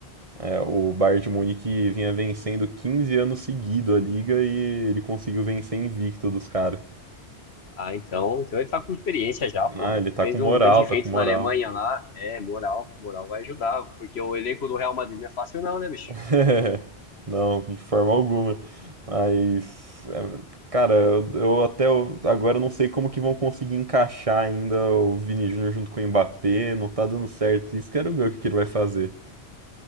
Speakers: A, on the right; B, on the left.
A: É, o Bayern de Munique vinha vencendo 15 anos seguido a liga e ele conseguiu vencer invicto dos caras.
B: Ah, então, então ele tá com experiência já, porra.
A: Ah, ele
B: Ele
A: tá
B: fez
A: com moral,
B: um grande feito
A: tá com moral.
B: na Alemanha lá. É, moral, moral vai ajudar, porque o elenco do Real Madrid não é fácil não, né, bicho?
A: <laughs> Não, de forma alguma. Mas, é, cara, eu, eu até o- agora não sei como que vão conseguir encaixar ainda o Vini Júnior junto com o Mbappé, não tá dando certo isso, quero ver o que que ele vai fazer.